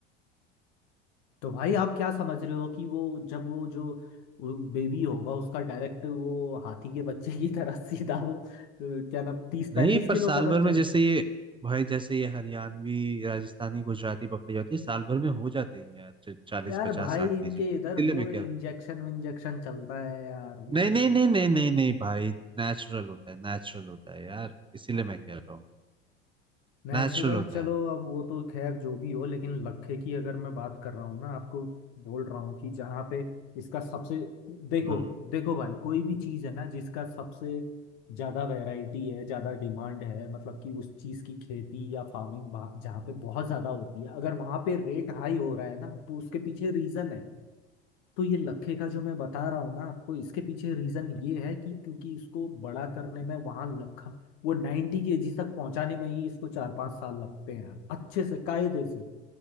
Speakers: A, on the left; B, on the right.
A: तो भाई आप क्या समझ रहे हो कि वो जब वो जो बेबी होगा उसका डायरेक्ट वो हाथी के बच्चे की तरह <laughs> सीधा वो अ, क्या ना तीस
B: नहीं
A: पैंतीस किलो
B: पर साल
A: का
B: भर
A: बच्चा
B: में जैसे ये भाई जैसे ये हरियाणवी राजस्थानी गुजराती बकरी होती है साल भर में हो जाते हैं यार चालीस
A: यार
B: पचास
A: भाई
B: साठ केजी
A: इनके
B: की
A: इधर
B: इसीलिए
A: वो
B: मैं कह
A: इंजेक्शन
B: रहा
A: विंजेक्शन चलता है यार इन
B: हूँ नहीं नहीं नहीं नहीं नहीं नहीं भाई नेचुरल होता है नेचुरल होता है यार इसीलिए मैं कह रहा हूँ
A: नेचुरल
B: नेचुरल होता
A: चलो
B: है
A: अब वो तो खैर जो भी हो लेकिन लखे की अगर मैं बात कर रहा हूँ ना आपको बोल रहा हूँ कि जहाँ पे इसका सबसे देखो
B: हम्म
A: देखो भाई कोई भी चीज़ है ना जिसका सबसे ज़्यादा वैरायटी है ज़्यादा डिमांड है मतलब कि उस चीज़ की खेती या फार्मिंग जहाँ पे बहुत ज़्यादा होती है अगर वहाँ पे रेट हाई हो रहा है ना तो उसके पीछे रीज़न है तो ये लखे का जो मैं बता रहा हूँ ना आपको इसके पीछे रीजन ये है कि क्योंकि इसको बड़ा करने में वहां लखा वो 90 केजी तक पहुंचाने में ही इसको चार पांच साल लगते हैं अच्छे से कायदे से